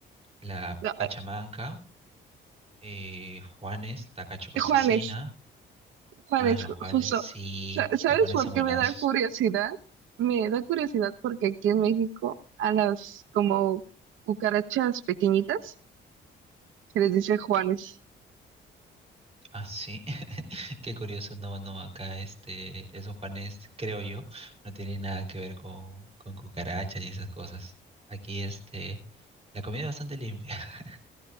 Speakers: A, on the right; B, on the right.
A: la
B: No,
A: pachamanca,
B: eh,
A: eh, Juanes, tacacho con
B: eh, Juanes,
A: cecina.
B: Juanes,
A: Ah, los
B: ju-
A: Juanes,
B: justo,
A: sí.
B: sa- ¿sabes
A: Los Juanes
B: por
A: son buenazos.
B: qué me da curiosidad? Me da curiosidad porque aquí en México a las como cucarachas pequeñitas se les dice Juanes.
A: Ah, sí, <laughs> qué curioso, no, no, acá este, esos Juanes, creo yo, no tienen nada que ver con, con cucarachas y esas cosas. Aquí este, la comida es bastante limpia. <laughs>